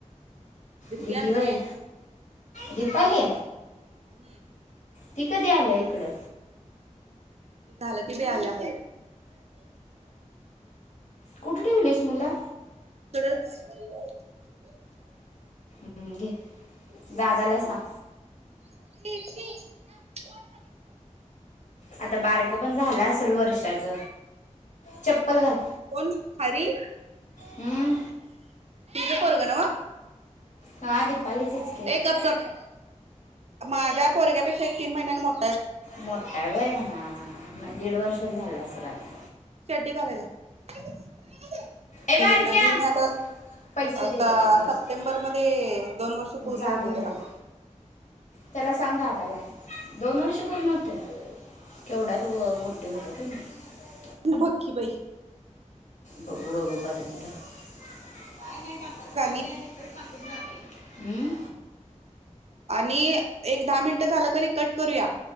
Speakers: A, on the right (about 55°); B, on the left (about 70°).
A: दिप्पी
B: दिदी
A: आमची
B: व्हय? दीपाली?
A: हम्म
B: ती कधी आल्या इकडं?
A: झालं कि बाई आल्या
B: कुठे ठेवलीस मुला?
A: इकडंच.
B: हं घे. दादाला सांग.
A: <unintelligible>
B: आता बारक पण झालं असेल वर्षाच? चप्पल घाल.
A: कोण हरी
B: अं?
A: हीच पोरगं नव्ह?
B: हा दीपालीचंच की
A: ए गप गप. माझ्या पोरग्यापेक्षा एक तीन महिन्या मोठ
B: मोठाये व्हय? हां हां हां. दीड वर्षाचा झालं असेल आता?
A: चड्डी <unintelligible>
B: ए बारक्या
A: दीड, दीड नाय आता
B: पैसे
A: आता
B: दे जा त्याला नुसतं
A: सप्टेंबर मध्ये दोन वर्ष पूर्ण
B: जा
A: होते
B: घेऊन
A: त्याला.
B: ये जा त्याला सांग दादाला दोन वर्ष पूर्ण होताय? केवढा तू <inaudible>
A: बघ की बाई.
B: बघू बघू पर्यंत. <unintelligible>
A: मग आणि
B: अं?
A: आणि एक दहा मिनट झालं कणी कट करूया,